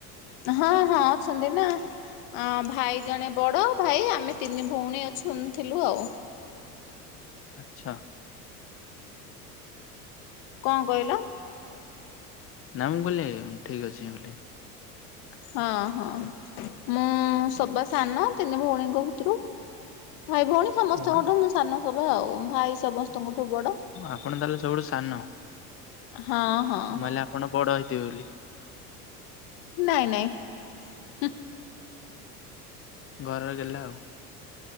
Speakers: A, on the left; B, on the left.
A: ହଁ ହଁ ଅଛନ୍ତି ନା ଅ ଭାଇ ଜଣେ ବଡ ଭାଇ ଆମେ ତିନି ଭଉଣୀ ଅଛୁ ଉ ଥିଲୁ ଆଉ
B: ଆଛା
A: କଣ କହିଲ।
B: ନ ମୁ କହଲେ ଠିକ ଅଛି ବୋଲି
A: ହଁ ହଁ ମୁଁ ସବା ସାନ ତିନି ଭଉଣୀଙ୍କ ଭିତରୁ ଭାଇ ଭଉଣୀ ସମସ୍ତଙ୍କଠୁ
B: ୱାଓ
A: ମୁଁ ସାନ ସଭା ଆଉ ଭାଇ ସମସ୍ତଙ୍କଠୁ ବଡ।
B: ଆପଣ ତାଲେ ସବୁଠୁ ସାନ।
A: ହଁ ହଁ
B: ମୁଆଲେ ଆପଣ ବଡ ହେଇଥିବେ ବୋଲି।
A: ନାଇଁ ନାଇଁ ହୁ
B: ଘରର ଗେଲା ଆଉ।